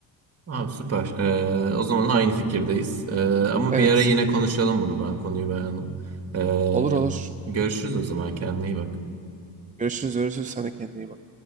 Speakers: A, on the right; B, on the right.
A: Abi süper. Ee, o zaman aynı fikirdeyiz. Ee, ama
B: Evet.
A: bir ara yine konuşalım bunu ben konuyu beğendim.
B: Olur
A: Ee,
B: olur.
A: görüşürüz o zaman kendine iyi bak.
B: Görüşürüz görüşürüz. Sen de kendine iyi bak.